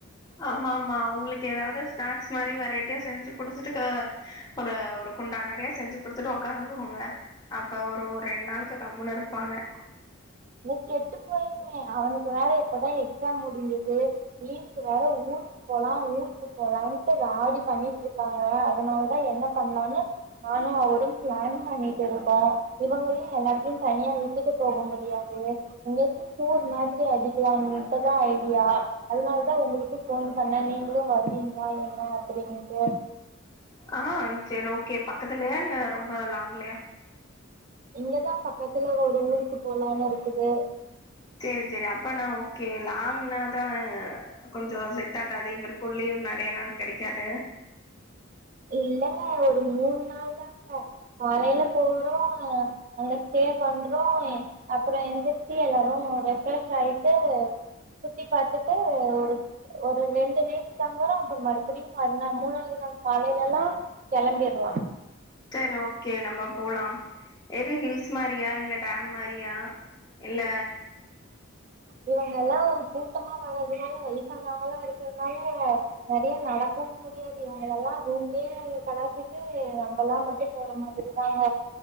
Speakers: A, on the left; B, on the right.
A: ஆமா ஆமா உங்களுக்கு ஏதாவது ஸ்நாக்ஸ் மாதிரி வெரைட்டியா செஞ்சு குடுத்துட்டு ஒரு ஒரு குண்டா நிறையா செஞ்சு குடுத்துட்டு உக்காந்துக்கோங்க அப்ப ஒரு ரெண்டு நாளுக்கு கம்முன்னு இருப்பாங்க
B: இல்ல கெட்டு போயிருமே அவனுக்கு வேற இப்பதான் எக்ஸாம் முடிஞ்சுது லீவுக்கு வேற ஊருக்கு போலா ஊருக்கு போலான்ட்டு ராவடி பண்ணிட்ருக்காங்க அதனால தா என்ன பண்ணலான்னு நானு அவரு பிளான் பண்ணிட்டிருக்கோ இவங்களயு எல்லாத்தயு தனியா விட்டுட்டு போக முடியா து எங்காச்சு டூர் மாதிரி அடிக்கலானு இப்ப தா ஐடியா அதனால தா உங்களுக்கு ஃபோன் பண்ணே நீங்களு வருவீங்களா என்ன அப்படினுட்டு
A: ஆஹ் செரி ஓகே பக்கத்துலயா இல்ல ரொம்ப லாங்லயா
B: இங்கதா பக்கத்துல ஒரு ஊருக்கு போலான்னுருக்குது
A: சேரி சேரி அப்பன்னா ஓகே லாங்னாதா கொஞ்சோ செட் ஆகாது இவருக்கு லீவ் நறைய நாள் கெடைக்காது
B: இல்லைங்க ஒரு மூன் நாள் தாங்க காலைல போறோ அங்க ஸ்டே பண்றோ அப்பறோ எந்திரிச்சு எல்லாரு ரெஃப்ரஷ் ஆயிட்டு சுத்தி பாத்துட்டு ஒரு ஒரு ரெண்டு நைட்டு தங்கறோ அப்பறோ மறுபடியு மறுநாள் மூணாவது நாள் காலைலெல்லா கெளம்பிடுவோ
A: சரி ஓகே நம்ம போலா எது ஹில்ஸ் மாரியா இல்ல டேம் மாரியா இல்ல
B: இவங்க எல்லா கூட்டமா வரதுனால வயசானாவங்கல்லா இருக்கறத்னால நெறைய நடக்கவு முடியாது இவங்களெல்லா ரூம்லயே கடாசிட்டு நம்மெல்லா மட்டு போற மாதிரிதாங்க